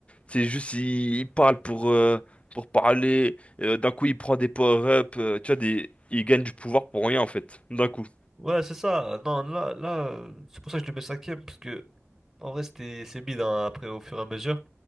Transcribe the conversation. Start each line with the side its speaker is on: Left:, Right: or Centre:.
Left: C'est juste, il, il parle pour, euh, pour parler. euh, d'un coup, il prend des power-up. euh, tu vois, des, il gagne du pouvoir pour rien, en fait. D'un coup.
Centre: ouais, c'est ça. Non, là là, euh, c'est pour ça que je le mets cinquième parce que en vrai, c'était c'est bide hein, après au fur et à mesure,